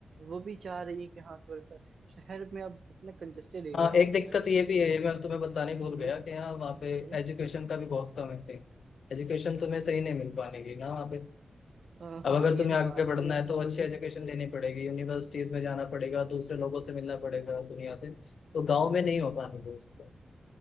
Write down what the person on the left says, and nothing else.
हाँ
एक
दिक्कत
ये भी है मैं तुम्हें बताने
भूल गया
कि हाँ वहाँ
पे
एजुकेशन का भी बहुत कम है सही एजुकेशन तुम्हें सही नहीं मिल पाने की ना वहाँ पे
अब
अगर
तुम्हें
आगे
बढ़ना
है तो अच्छी एजुकेशन लेनी पड़ेगी यूनिवर्सिटीज में जाना पड़ेगा दूसरे लोगों से मिलना पड़ेगा दुनिया से तो गांव में नहीं हो पानी वो चीजें